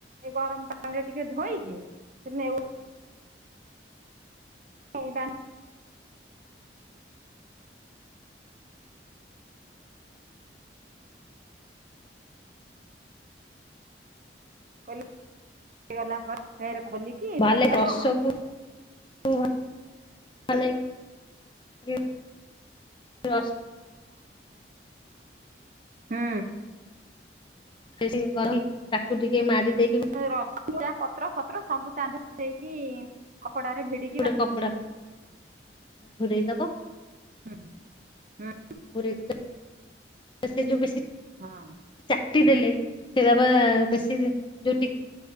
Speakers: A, on the right; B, on the left.
A: ଏଗରମ ପାଣିରେ ଟିକେ ଧୋଇକି ସେନେଉ <unintelligible> <unintelligible> ଦେଲାପରେ ଫେରେ ଖୋଲିକି
B: ଭଲେଇ
A: ଧୋଇଦବ
B: ରସକୁ <unintelligible>
A: <inaudible> ହୁଁ
B: <unintelligible> ତାକୁ ଟିକେ ମାଡ଼ି ଦେଇକି
A: <unintelligible> ରସିକିଆ ପତ୍ର ଫତ୍ର ସବୁ ତା ଦେହରେ ଦେଇକି କପଡ଼ାରେ ଭିଡ଼ି
B: ଗୋଟେ କପଡ଼ା ଫପଡ଼ା ଘୋଡେ଼ଇ ଦବ
A: ହୁଁ-ହୁଁ।
B: ଗୁରେଇ ଦେଲେ ସେଯୋଉ ବେଶି
A: ହୁଁ
B: ଚାଟି ଦେଲେ ସେରାପା ବେଶୀ ଯୋଉ